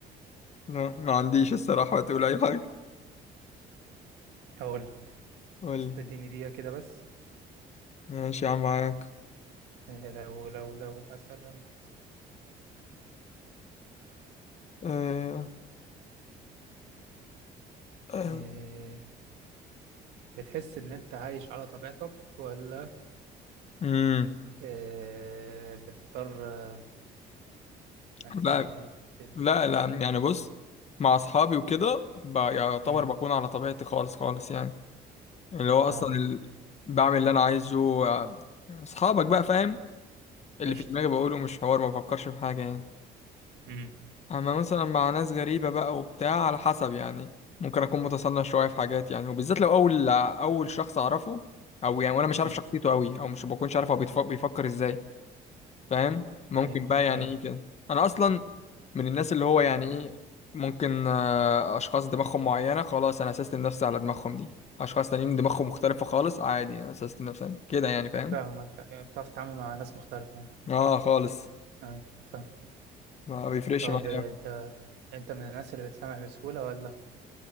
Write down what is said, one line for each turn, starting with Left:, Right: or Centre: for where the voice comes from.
Left: لا ما عنديش الصراحة تقول أي حاجة
Right: هقول لك
Left: قول
Right: استديني دقيقة كده بس
Left: ماشي يا عم معاك
Right: آه، لو لو لو مثلا
Left: أه... أه... آه.
Right: آه، بتحس إن أنت عايش على طبيعتك ولا
Left: مم.
Right: آه، بتضطر آه، كان اسمها
Left: لا
Right: إيه ت-
Left: لا لا يعني بص مع أصحابي وكده ب- يعتبر
Right: مم.
Left: بكون على طبيعتي خالص خالص يعني اللي هو أصلا
Right: أه
Left: ال... بعمل اللي أنا عايزه آه، أصحابك بقى فاهم اللي
Right: قشطة
Left: في دماغي بقوله مش حوار ما بفكرش في حاجة يعني
Right: مم.
Left: اما مثلا مع ناس غريبة بقى وبتاع على حسب يعني ممكن اكون متصنع شوية في حاجات يعني وبالذات لو اول اول شخص اعرفه او يعني وانا مش عارف
Right: قشطة
Left: شخصيته قوي او مش بكونش عارف هو بيتف- بيفكر ازاي فاهم ممكن
Right: أيوه
Left: بقى يعني
Right: أيوه
Left: ايه كده انا اصلا من الناس اللي هو يعني ايه ممكن آه، اشخاص دماغهم معينة خلاص انا سيستم نفسي على دماغهم دي اشخاص تانيين دماغهم مختلفة خالص عادي انا سيستم نفسي كده يعني فاهم
Right: فاهمك أيوة، بتعرف تتعامل مع ناس مختلفة يعني
Left: اه خالص
Right: أيوه فاهم
Left: ما بيفرقش
Right: طب
Left: معايا
Right: آه،
Left: أوي.
Right: أنت أنت من الناس اللي بتسامح بسهولة ولا